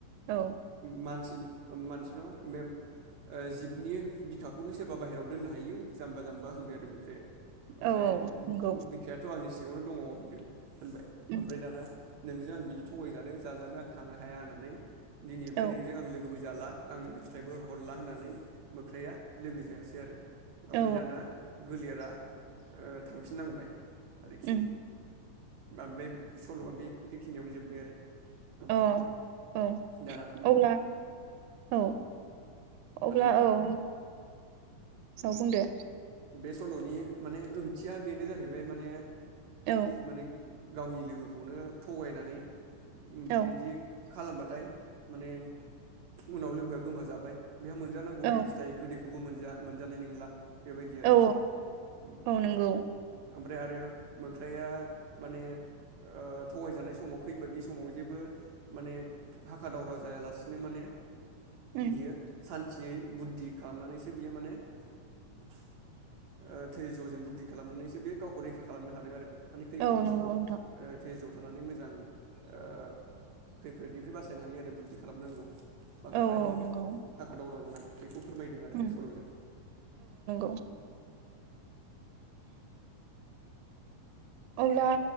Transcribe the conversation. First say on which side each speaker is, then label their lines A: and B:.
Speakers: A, on the right; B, on the right.
A: औ
B: मा मानसि मानसि नङा मेम जिबनि बिखाखौबो सोरबा बाहेरायाव दोननो हायो जाम्बा जाम्बा होनबाय आरो मोख्राया ओमफ्राय
A: औ औ नंगौ
B: बिखायाथ' आंनि इयावनो दङ होनदों होनबाय
A: उम
B: ओमफ्राय दाना नोंजों आं बिदि थगायजानो जाजानो आं थांनो हाया होननानै दिनैनिफ्राय
A: औ
B: नोंजों आं लोगोबो जाला आं नोंनो फिथाइबो हरला होननानै मोख्राया लोगो जायासै आरो ओमफ्राय
A: औ
B: दाना गोलेर रा ओ थांफिननांबाय आरोखि
A: उम
B: बा बे सल'आ बे खिनियावनो जोब्बाय आरो ओमफ्राय
A: अ औ
B: दाना उम
A: अब्ला औ अब्ला
B: माने
A: औ औ बुंदो
B: बे सल'नि माने ओंथिया बेनो जाहैबाय माने
A: औ
B: माने गावनि लोगोखौनो थगायनानै उम
A: औ
B: बेदि खालामबाथाय माने उनाव लोगोआ गोमाजाबाय। बेहा मोनजानांगौ बे
A: औ
B: फिथाइ गोदैखौ खौबो मोनजा मोनजानाय नंला। बेबायदि आरोखि
A: औ
B: ओम
A: औ नंगौ
B: ओमफ्राय आरो मोख्राया माने ओ थगायजानाय समाव खैफोदनि समाव जेबो माने हाखा दावरा जायालासिनो माने
A: उम
B: बियो सान थियै बुद्धि खालामनानैसो बियो माने ओ धैज'जों बुद्धि खालामनानैसो बे गावखौ रैखा खालामनो हादों आरो माने खैफोदनि
A: औ नंगौ
B: समाव ओ
A: नोंथां
B: धैज' थानानै मोजां ओ खैफोदनिफ्राय बासायनो हायो आरो बुद्धि खालामनांगौ बांद्राय
A: औ औ नंगौ
B: हाखा दावरा जानाङा खौ फोरमायदों आरो
A: उम
B: बे सल'जों
A: <unintelligible> अब्ला
B: बा